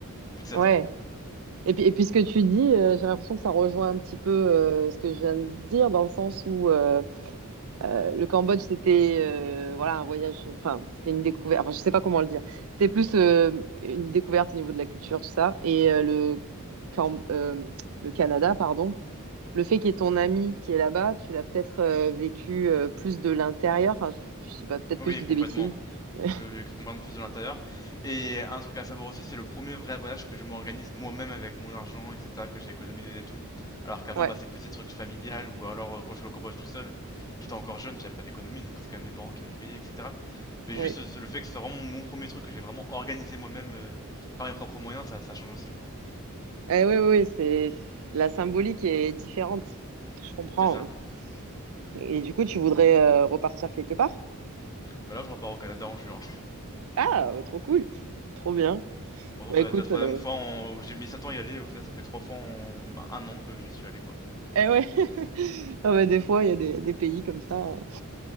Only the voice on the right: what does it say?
ouais.
Et puis, et puis ce que tu dis, euh, j'ai l'impression que ça rejoint un petit peu euh, ce que je viens de dire, dans le sens où euh, euh, le Cambodge, c'était euh, voilà, un voyage, enfin, c'était une découverte, enfin, je sais pas comment le dire. C'était plus euh, une découverte au niveau de la culture, tout ça. Et euh, le, Cam- euh, le Canada, pardon, le fait qu'il y ait ton ami qui est là-bas, tu l'as peut-être euh, vécu euh, plus de l'intérieur. Enfin, je, je sais pas, peut-être
que je dis
des bêtises. <laughs> mais-
Ouais,
oui.
Eh oui, oui, oui, c'est la symbolique est différente. Je comprends.
ouais. Et du coup, tu voudrais euh, repartir quelque part?
Ah, euh, trop cool. Trop bien.
Bah
écoute,
euh,
eh ouais. <laughs> Ah, bah, des fois, il y a des, des pays comme ça.